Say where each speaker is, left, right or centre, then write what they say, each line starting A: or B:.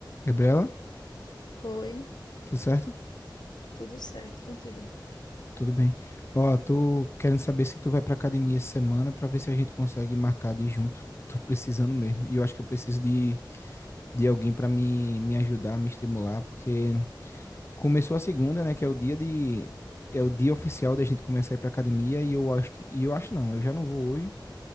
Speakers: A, on the left; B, on the left.
A: Gabriela,
B: Oi,
A: tudo certo?
B: tudo certo e contigo?
A: Tudo bem. Ó, tô querendo saber se tu vai pra academia essa semana pra ver se a gente consegue marcar de ir junto. Tô precisando mesmo. E eu acho que eu preciso de, de alguém pra me, me ajudar, me estimular, porque começou a segunda, né, que é o dia de é o dia oficial da gente começar a ir pra academia e eu acho que, e eu acho não, eu já não vou hoje